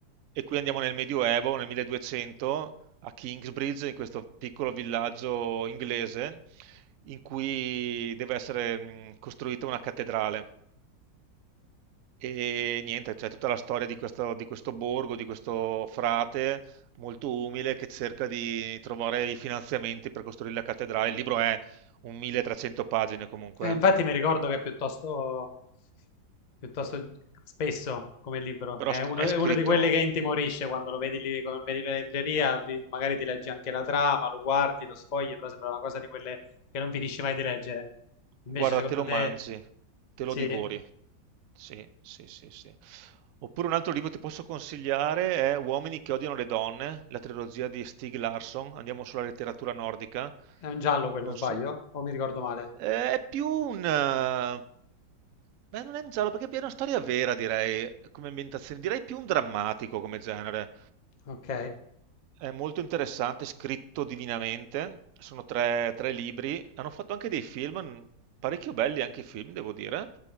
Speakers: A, on the right; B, on the left.
A: e qui andiamo nel Medioevo, nel 1200, a Kingsbridge, in questo piccolo villaggio inglese, in cui deve essere mh, costruita una cattedrale. E niente, c'è tutta la storia di questo, di questo borgo, di questo frate molto umile che cerca di trovare i finanziamenti per costruire la cattedrale. Il libro è un 1300 pagine comunque,
B: Eh, infatti
A: eh.
B: mi ricordo che è piuttosto, piuttosto spesso come libro.
A: però
B: È
A: sc-
B: uno,
A: è
B: è
A: scritto,
B: uno di quelli che intimorisce quando lo vedi lì, come vedi in libreria, ti- magari ti leggi anche la trama, lo guardi, lo sfogli, però sembra una cosa di quelle che non finisci mai di leggere. Invece,
A: Guarda,
B: secondo
A: te lo
B: te,
A: mangi, te
B: sì?
A: lo divori.
B: È
A: Sì, sì, sì, sì. Oppure un altro libro che ti posso consigliare è Uomini che odiano le donne, la trilogia di Stieg Larsson. Andiamo sulla letteratura nordica.
B: un giallo quello,
A: Non
B: sbaglio?
A: so.
B: O mi ricordo male?
A: Eh, È più un... eh, Beh, non è un giallo, perché è una storia vera, direi, come ambientazione. Direi più un drammatico come genere.
B: Ok,
A: È molto interessante, scritto divinamente. Sono tre, tre libri. Hanno fatto anche dei film, n- parecchio belli anche i film, devo dire.